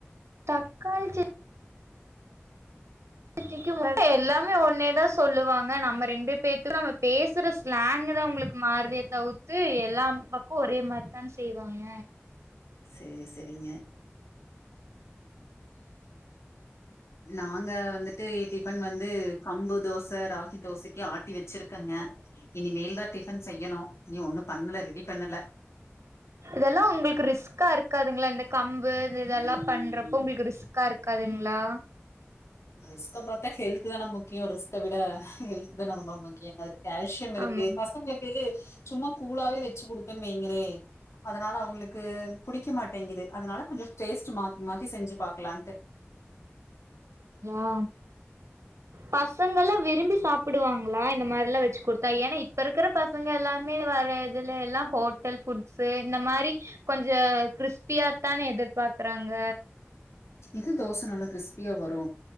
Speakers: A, on the right (about 85°); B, on the left (about 80°).
A: தக்காளிச் சட் னிக்கு <unintelligible> எல்லாமே ஒன்னே தா சொல்லுவாங்க ஆனா நம்ம ரெண்டு பேத்துக்கு நம்ம பேசுற ஸ்லாங் இதா உங்குளுக்கு மாறுதே தவுத்து எல்லாம்பக்கு ஒரே மாரிதான் செய்வாங்க
B: செரி செரிங்க நாங்க வந்துட்டு டிஃபன் வந்து கம்பு தோச ராகி தோசைக்கி ஆட்டி வச்சிருக்கங்க இனி மேல்தா டிஃபன் செய்யணு இனியு ஒன்னு பண்ணுல ரெடி பண்ணல
A: இதெல்லா உங்கள்க்கு ரிஸ்க்கா இருக் காதுங்ளா இந்த கம்பு இந்த இதெல்லா பண்றப்ப உங்ளுக்கு ரிஸ்க்கா இருக்காதுங்ளா
B: ரிஸ்க்க பாத்தா ஹெல்த் தான முக்கிய ரிஸ்க்க விட ஹெல்த் தான ரொம்ப முக்கியனாரு கால்சியம் இருக்கு
A: ஆமாங்
B: பசங்ளுக்கு சும்மா கூழாவே வச்சு குடுத்தன் வைங்களே அதனால அவங்களுக் க்கு புடிக்க மாட்டேங்கிது அதுனால கொஞ்சோ டேஸ்ட் மாத்தி மாத்தி செஞ்சு பாக்லான்ட்டு
A: ஆ பசங்கலா விரும்பி சாப் புடுவாங்ளா இந்த மார்லா வச்சு குடுத்தா ஏனா இப்ப இருக்கிற பசங்க எல்லாமே வர இதுல எல்லா ஹோட்டல் ஃபுட்ஸு இந்த மாரி கொஞ்ச கிரிஸ்பியா தானே இது பாக்குறாங்க
B: இது தோச நல்லா கிரிஸ்பியா வ டு